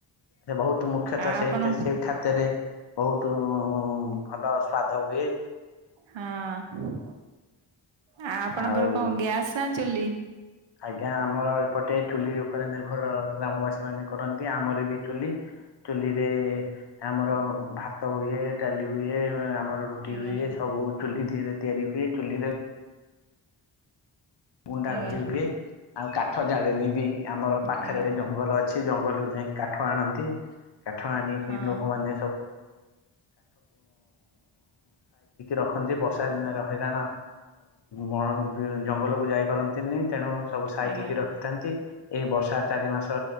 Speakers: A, on the left; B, on the right.
A: ସେ ବହୁତ ମୁଖ୍ୟତଃ
B: ଆ
A: ସେଇ
B: ଆପଣ
A: ସେ ଖାଦ୍ୟରେ ବହୁତ ଭଲ ସ୍ଵାଦ ହୁଏ।
B: ହଁ। ଆ ଆପଣଙ୍କର
A: ଆଉ
B: କଣ ଗ୍ୟାସ୍ ନା। ଚିଲି।
A: ଆଜ୍ଞା ଆମର ଏପଟେ ଚୁଲି ଉପରେ ନିର୍ଭର ଗ୍ରାମବାସୀ ମାନେ କରନ୍ତି ଆମର ବି ଚୁଲି ଚୁଲିରେ ଆମର ଭାତ ହୁଏ ଡାଲି ହୁଏ। ର ରୁଟି
B: ଆଜ୍ଞା
A: ହୁଏ ସବୁ ଚୁଲି ଦିରେ ତିଆରି ହୁଏ ଚୁଲି ରେ ଗୁଣ୍ଡା
B: ଆଜ୍ଞା
A: ଭ ହୁଏ ଆଉ କା କଠ ଜାଳିନୀ ବି ଆମର ପାଖରେ
B: ଆଜ୍ଞା
A: ଜଙ୍ଗଲ ଅଛି ଜଙ୍ଗଲରୁ ଯାଇ କାଠ ଆଣନ୍ତି। କାଠ ଆଣିକି
B: ହଁ
A: ଲୋକମାନେ ରଖନ୍ତି ବର୍ଷା ଦିନରେ ହଇରାଣ ବଣ ଜଙ୍ଗଲକୁ ଯାଇ କରନ୍ତିନି। ତେଣୁ ସବୁ ସାଇତିକି
B: ଆଜ୍ଞା
A: ରଖିଥାନ୍ତି। ଏଇ ବର୍ଷା ଚାରି ମାସ